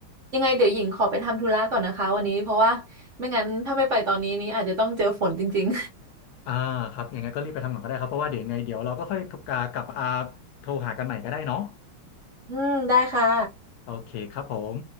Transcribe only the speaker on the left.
อ่าครับยังไงก็รีบไปทำก่อนก็ได้ครับ เพราะว่าเดี๋ยวยังไงเดี๋ยวเราก็ค่อยโทรกากลับอาโทรหากันใหม่ก็ได้เนาะ
โอเคครับผม